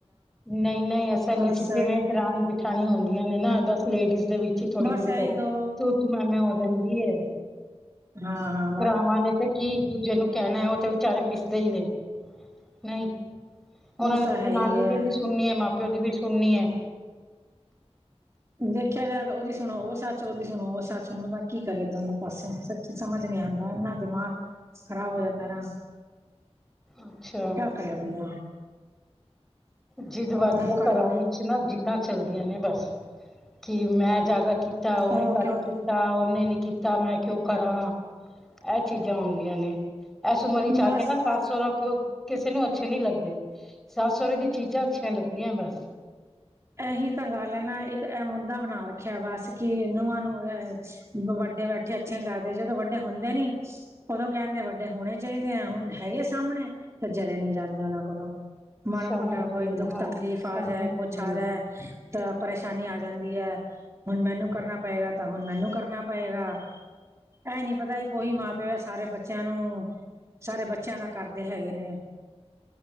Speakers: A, in the centre; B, on the right.
A: ਨਈ, ਨਈ ਅਸਲ
B: ਬਸ
A: ਵਿਚ ਜਿਵੇਂ ਦਰਾਨੀ ਜ ਜੇਠਾਣੀ ਹੁੰਦੀਆਂ ਨੇ ਨਾ ਬਸ ਲੇਡੀਜ਼ ਦੇ ਵਿੱਚ ਅੀ ਥੋੜੀ
B: ਬਸ
A: ਬੋਹਤ
B: ਇਹੀ ਦੋ
A: ਤੂੰ-ਤੂੰ, ਮੈਂ-ਮੈਂ ਹੋ ਜਾਂਦੀ ਏ।
B: ਹਾਂ-ਹਾਂ।
A: ਭਰਾਵਾਂ ਨੇ ਤੇ ਕੀ ਇੱਕ ਦੂਜੇ ਨੂੰ ਕੈਣਾ ਓ ਤੇ ਵਿਚਾਰੇ ਪਿਸਦੇ ਈ ਨੇ। ਨਈ ਓਨਾਂ
B: ਉਹ
A: ਨੇ
B: ਤਾਂ
A: ਤੇ
B: ਹੈ
A: ਜਨਾਨੀ
B: ਹੀ ਹੈ
A: ਦੀ ਵੀ ਸੁਣਨੀ ਏ ਮਾਂ ਪਿਓ ਦੀ ਵੀ ਸੁਣਨੀ ਏ।
B: ਦੇਖਿਆ ਜਾਏ ਤਾਂ ਓਦੀ ਸੁਣੋ ਓ ਸੱਚ ਓਦੀ ਸੁਣੋ ਉਹ ਸੱਚ ਬੰਦਾ ਕੀ ਕਰੇ ਦੋਨੋ ਬਸ ਸੱਚੀ ਸਮਝ ਨੀ ਆਦਾ ਏਨਾ ਦਿਮਾਗ ਖਰਾਬ ਹੋ ਜਾਂਦਾ ਨਾ।
A: ਅੱਛਾ।
B: <inaudible>
A: ਜਿੱਦਬਾਜ਼ੀਆਂ
B: ਉਹ ਕਰੋ
A: ਘਰਾਂ ਵਿੱਚ ਨਾ ਜਿੱਦਾਂ ਚੱਲਦੀਆਂ ਨੇ ਬਸ ਕਿ ਮੈਂ ਜ਼ਿਆਦਾ ਕੀਤਾ ਓਨੇ
B: ਉਹ
A: ਘੱਟ
B: ਕਿਉਂ
A: ਕੀਤਾ ਓਨੇ ਨੀ ਕੀ ਤਾਂ ਮੈਂ ਕਿਉ ਕਰਾਂ ਐ ਚੀਜ਼ਾਂ ਹੁੰਦੀਆਂ ਨੇ। ਐਸ ਉਮਰ ਚ ਆ
B: ਬਸ
A: ਕੇ ਨਾ ਸੱਸ ਸੌਰਾ ਕੋ ਕਿਸੇ ਨੂੰ ਅੱਛੇ ਨੀ ਲੱਗਦੇ ਸੱਸ ਸੌਰੇ ਦੀ ਚੀਜ਼ਾਂ ਅੱਛੀਆਂ ਲੱਗਦੀਆਂ ਬਸ।
B: ਐਹੀ ਤਾਂ ਗੱਲ ਐ ਨਾ ਇੱਕ ਇਹ ਮੁੱਦਾ ਬਣਾ ਰੱਖਿਆ ਬਸ ਕਿ ਨੂੰਆ ਨੂੰ ਵੱਡੇ ਬੈਠੇ ਅੱਛੇ ਨੀ ਲੱਗਦੇ ਜਦੋਂ ਵੱਡੇ ਹੁੰਦੇ ਨੀ ਉਦੋਂ ਕਹਿੰਦੇ ਵੱਡੇ ਹੋਣੇ ਚਾਹੀਦੇ ਆ। ਹੁਣ ਹੈਗੇ ਸਾਹਮਣੇ ਤੇ ਜਰੇ ਨੀ ਜਾਂਦੇ ਓਨਾਂ ਕੋਲੋਂ ਮਾੜਾ
A: ਸਮਝ
B: ਮੋਟਾ
A: ਨੀ
B: ਕੋਈ
A: ਨਾ
B: ਦੁੱਖ ਤਕਲੀਫ਼ ਆ
A: ਸਮਝ
B: ਜਾਏ ਕੁਛ
A: ਨੀ
B: ਆ ਜਾਏ ਤਾਂ ਪਰੇਸ਼ਾਨੀ ਆ ਜਾਂਦੀ ਆ। ਹੁਣ ਮੈਨੂੰ ਕਰਨਾ ਪਏਗਾ। ਤਾਂ ਹੁਣ ਮੈਨੂੰ ਕਰਨਾ ਪਏਗਾ। ਐ ਨੀ ਪਤਾ ਹੀ ਕੋਹੀ ਮਾਂ ਪਿਓ ਐ ਸਾਰੇ ਬੱਚਿਆਂ ਨੂੰ ਸਾਰੇ ਬੱਚਿਆਂ ਦਾ ਕਰਦੇ ਹੈਗੇ ਨੇ